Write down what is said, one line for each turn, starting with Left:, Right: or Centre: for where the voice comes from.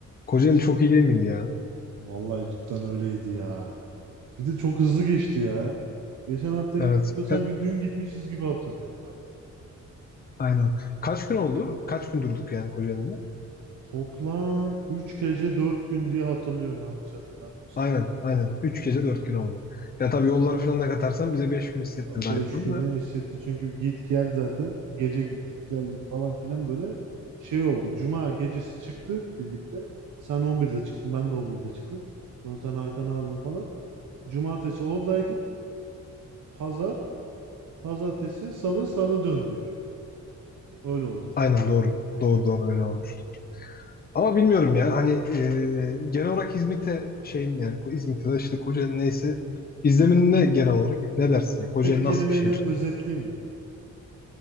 Left: Kocaeli çok iyi değil miydi ya?
Right: Vallahi cidden öyleydi ya. Bir de çok hızlı geçti ya. Geçen hafta gittik
Left: Evet.
Right: böyle sanki
Left: Ka-
Right: dün gitmişiz gibi hatırlıyorum böyle.
Left: aynen. Kaç gün oldu? Kaç gün durduk yani Kocaeli'nde?
Right: Toplam 3 gece 4 gün diye hatırlıyorum yanlış hatırlamıyorsam.
Left: Aynen. Aynen. 3 gece 4 gün oldu. Ya tabii yolları falan da katarsan bize 5 gün hissettirdi
Right: 5
Left: aynı konu
Right: güne
Left: da.
Right: eşitti çünkü git gel zaten. Gece gittik geldik falan filan böyle şey oldu. Cuma gecesi çıktık birlikte. Sen on birde çıktın ben de on birde çıktım. Sonra sen Hakan'ı aldın falan. Cumartesi oradaydık. Pazar, pazartesi, salı, salı döndük. Öyle oldu.
Left: Aynen doğru. Doğru doğru öyle olmuştu. Ama bilmiyorum ya hani e, genel olarak İzmit'e şeyin yani Ko- İzmit'e de işte Kocaeli neyse izlemin ne genel olarak ne dersin ya? Kocaeli
Right: Tek kelimeyle
Left: nasıl bir şehir?
Right: özetleyeyim mi?